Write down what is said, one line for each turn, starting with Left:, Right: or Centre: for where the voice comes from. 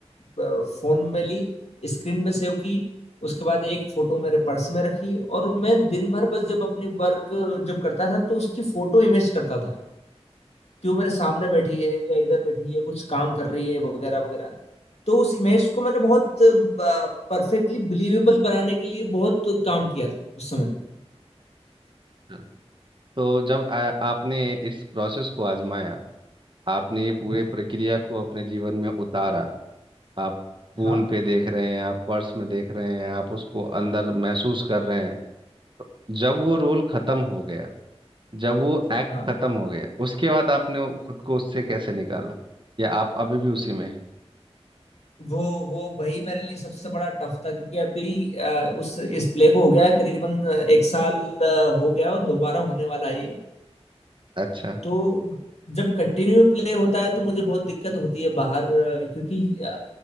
Left: अ, फोन में ली स्क्रीन पे सेव की उसके बाद एक फोटो मेरे पर्स में रखी और मैं दिन भर बस जब अपनी वर्क जब करता था तो उसकी फोटो इमेज करता था कि वो मेरे सामने बैठी है या इधर बैठी है कुछ काम कर रही है वगैरह वगैरह तो उस इमेज को मैंने बहुत परफेक्टली बिलीवेबल बनाने के लिए बहुत काम किया था उस समय
Right: हाँ। तो जब आ, आपने इस प्रोसेस को आजमाया आपने ये पूरे
Left: हाँ
Right: प्रक्रिया को अपने जीवन में उतारा आप फोन
Left: हाँ
Right: पे देख रहे हैं आप पर्स में देख रहे हैं आप उसको अंदर महसूस कर रहे हैं जब वो रोल खत्म हो गया जब वो एक्ट
Left: हाँ
Right: खत्म हो गया उसके बाद आपने वो- खुद को उससे कैसे निकाला या आप अभी भी उसी में हैं?
Left: वो वो वही मेरे लिए सबसे बड़ा टफ था क्योंकि अभी अ, उस इस प्ले को हो गया है करीबन अ, एक साल अ, हो गया और दोबारा होने वाला है ये
Right: अच्छा
Left: तो जब कंटिन्यू प्ले होता है तो मुझे बहुत दिक्कत होती है बाहर अ, क्योंकि अ,